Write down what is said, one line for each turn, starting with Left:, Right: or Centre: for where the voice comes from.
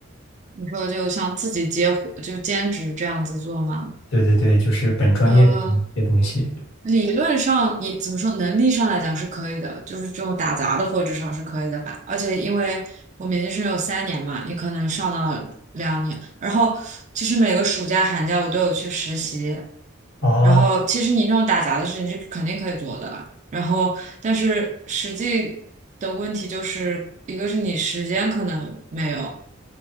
Right: 你说就像自己接活就兼职这样子做吗？
Left: 对对对，就是本专业的这些东西。
Right: 呃，理论上你怎么说，能力上来讲是可以的，就是这种打杂的或至少是可以的吧。而且因为我们研究生有三年嘛，你可能上到两年，然后其实每个暑假寒假我都有去实习。
Left: 哦
Right: 然后，其实你那种打杂的事情是肯定可以做的，然后，但是实际的问题就是一个是你时间可能没有，